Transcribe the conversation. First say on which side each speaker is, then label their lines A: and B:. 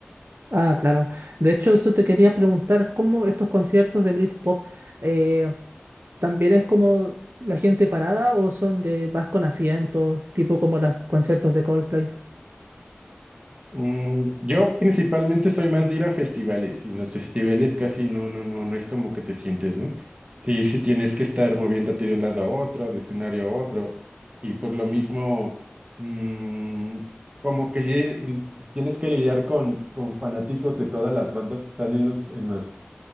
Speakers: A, on the right; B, on the right.
A: Ah, claro. De hecho, eso te quería preguntar, ¿cómo estos conciertos de Britpop eh, también es como la gente parada o son de vas con asientos, tipo como los conciertos de Coldplay?
B: Mm, yo principalmente soy más de ir a festivales y en los festivales casi no, no, no, no es como que te sientes, ¿no? Sí, sí tienes que estar moviéndote de un lado a otro, de escenario a otro y por lo mismo mm, como que li- tienes que lidiar con, con fanáticos de todas las bandas que están en los, en los,